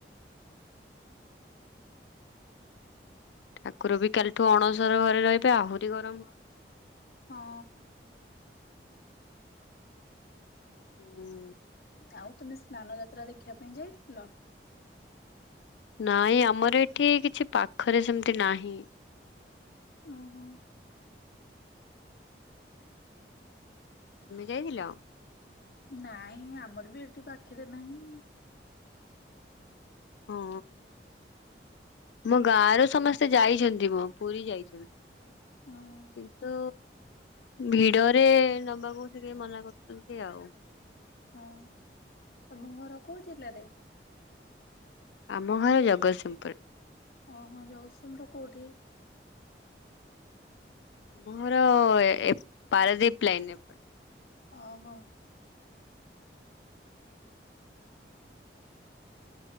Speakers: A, on the left; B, on the left.
A: ଠାକୁର ବି କାଲିଠୁ ଅଣସର ଘରେ ରହିବେ ଆହୁରି ଗରମ ହବ।
B: ହଁ।
A: ହୁଁ।
B: ଆଉ ତୁମେ ସ୍ନାନ ଯାତ୍ରା ଦେଖିବା ପାଇଁ ଯାଇଥିଲ?
A: ନାଇଁ ଆମର ଏଠି କିଛି ପାଖରେ ସେମିତି ନାହିଁ।
B: ଓହୋ।
A: ତୁମେ ଯାଇଥିଲ?
B: ନାଇଁ ଆମର ବି ଏଠି ପାଖେରେ ନାହିଁ।
A: ହଁ। ମୋ ଗାଁ ର ସମସ୍ତେ ଯାଇଛନ୍ତି ଗୋ। ପୁରୀ ଯାଇଛନ୍ତି।
B: ହଁ।
A: କିନ୍ତୁ ଭିଡରେ ନବାକୁ ସେ ଟିକେ ମନା କରୁଛନ୍ତି ଆଉ।
B: ଆଉ ତମ ଘର କୋଉ ଜିଲ୍ଲାରେ?
A: ଆମ ଘର ଜଗତସିଂହପୁର।
B: ଓହୋ ଜଗତସିଂହପୁର କୋଉଠି?
A: ଆମ ଘର ଏ ପାରାଦ୍ଵୀପ ଲାଇନରେ।
B: ଅ ହ।